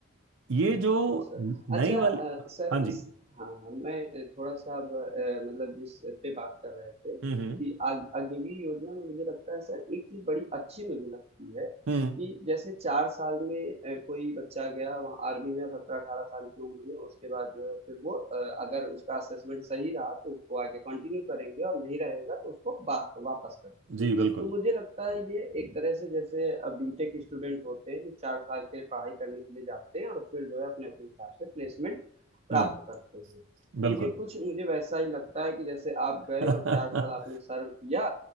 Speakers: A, on the right (about 65°); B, on the right (about 30°).
A: ये जो
B: बिल्कुल सर।
A: न-
B: अच्छा
A: नई वाली
B: अ, सर
A: हाँ जी
B: इस हाँ, हाँ, मैं थोड़ा-सा अब अ, मतलब जिस पे बात कर रहे थे
A: हम्म
B: कि अग अग्नि योजना में मुझे लगता है सर एक चीज़ बड़ी अच्छी मुझे लगती है
A: हम्म
B: कि जैसे 4 साल में अ, कोई बच्चा गया वहाँ आर्मी में 17-18 साल की उम्र में, उसके बाद जो है फिर वो अ, अगर उसका असेसमेंट सही रहा तो उसको आगे कंटिन्यू करेंगे और नहीं रहेगा तो उसको बाह वापस कर देंगे।
A: जी बिल्कुल
B: तो मुझे लगता है ये एक तरह से जैसे बीटेक स्टूडेंट होते हैं जो चार साल के लिए पढ़ाई करने के लिए जाते हैं और फिर जो है अपने अपने हिसाब से प्लेसमेंट प्राप्त
A: हम्म
B: करते हैं
A: बिल्कुल
B: तो ये कुछ मुझे वैसा ही लगता है कि जैसे आप
A: <laughs>
B: गए
A: हाँ
B: और चार साल आपने सर्व किया